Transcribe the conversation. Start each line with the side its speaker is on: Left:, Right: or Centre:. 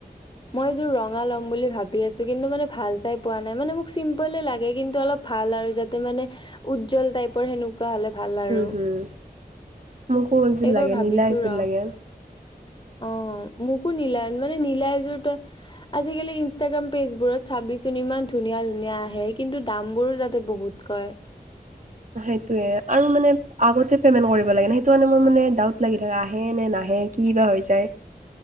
Left: মই এযোৰ ৰঙা ল'ম বুলি ভাবি আছো, কিন্তু মানে ভাল চাই পোৱা নাই। মানে মোক চিম্পলে লাগে কিন্তু অলপ ভাল আৰু যাতে মানে, উজ্জ্বল টাইপৰ সেনেকুৱা হ'লে ভাল আৰু
Right: উম হম মোকো এযোৰ
Left: এইবাৰ
Right: লাগে
Left: ভাবিছো
Right: নীলা এযোৰ
Left: ৰ
Right: লাগে।
Left: অ মোকো নিলাই মানে নিলাই যোৰত
Right: উ
Left: আজিকালি ইনষ্টাগ্ৰাম পেজবোৰত চাবিচোন ইমান ধুনীয়া ধুনীয়া আহে কিন্তু দামবোৰো তাতে বহুত কয়।
Right: সেইটোয়ে আৰু মানে আগতে পেমেন্ট কৰিব লাগে সেইটো কাৰণে মোৰ মানে ডাউট লাগি থাকে আহে নে নাহে কি বা হৈ যায়